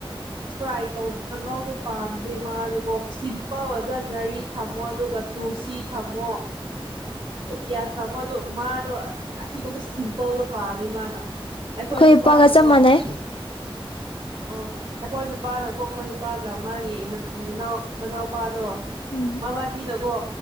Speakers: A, on the right; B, on the left.
A: ꯐ꯭ꯔꯥꯏ ꯇꯧ ꯀꯥꯡꯍꯧꯗ ꯄꯥꯝꯗꯦ ꯃꯥꯗꯨꯀꯣ ꯁꯤꯝꯄꯜ ꯑꯣꯏꯕꯗ ꯉꯥꯔꯤ ꯊꯝꯃꯣ ꯑꯗꯨꯒ ꯇꯨꯜꯁꯤ ꯊꯝꯃꯣ ꯄꯤꯌꯥꯁ ꯊꯝꯃꯣ ꯑ ꯃꯥꯗꯣ ꯑꯁꯤꯒꯨꯝꯕ ꯁꯤꯝꯄꯜꯗꯣ ꯄꯥꯝꯃꯦ ꯃꯥꯅ ꯑꯩꯈꯣꯏ
B: ꯈ
A: ꯅꯨꯄꯥꯅꯀꯣ
B: ꯄꯒ ꯆ ꯃꯅꯦꯦ
A: ꯑꯣ ꯑꯩꯈꯣꯏ ꯅꯨꯄꯥꯅꯀꯣ ꯑꯩꯈꯣꯏ ꯅꯨꯄꯥꯒ ꯃꯥꯒꯤꯅꯥꯎ ꯃꯅꯥꯎꯄꯥꯗꯣ
B: ꯎꯝ
A: ꯃꯕꯗꯤꯅꯀꯣ